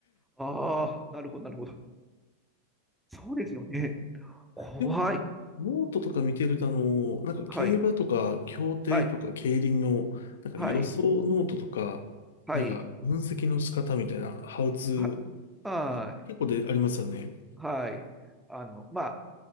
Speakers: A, in the centre; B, on the left (about 60°).
A: ああ、なるほど、なるほど。そうですよね。怖い。
B: でも、ノートとか見てると、あの、なんか競馬とか、
A: はい、
B: 競艇とか、
A: はい、
B: 競輪の、なんか予想ノートとか、
A: はい、はい、
B: なんか分析の仕方みたいな、ハウツー、
A: は、はい。
B: 結構でありますよね。
A: はい。あの、まあ、